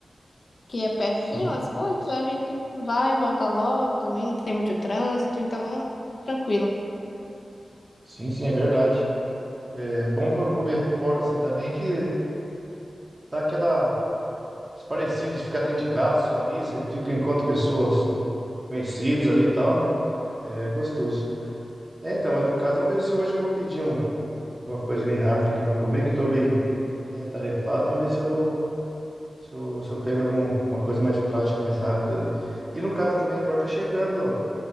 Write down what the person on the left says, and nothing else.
Que é pertinho
as coisas, né? a gente vai e volta logo também, não tem muito trânsito, então tranquilo.